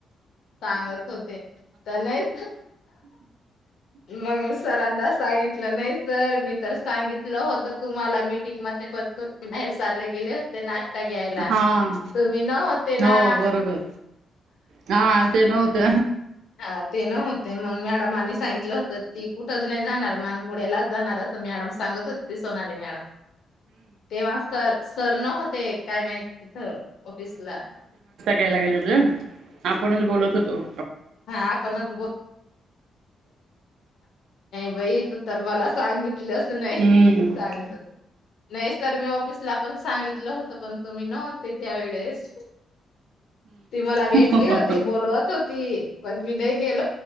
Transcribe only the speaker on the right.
हा
हो बरोबर हा ते नव्हते
यला गेलं आपणच बोलत होतो
हम्म
हम्म